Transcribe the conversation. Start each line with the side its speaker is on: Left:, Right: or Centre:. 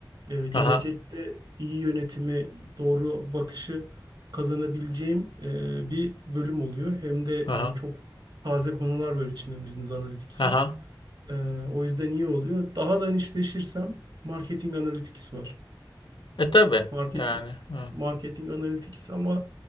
Right: e, gelecekte
Left: Aha.
Right: iyi yönetimi, doğru bakışı kazanabileceğim e, bir bölüm oluyor. Hem de
Left: Aha.
Right: yani çok taze konular var içinde Business Analytics'in.
Left: Aha.
Right: E, o yüzden iyi oluyor. Daha da nişleşirsem Marketing Analytics var.
Left: E tabii
Right: Marketing
Left: yani. evet.
Right: Marketing Analytics ama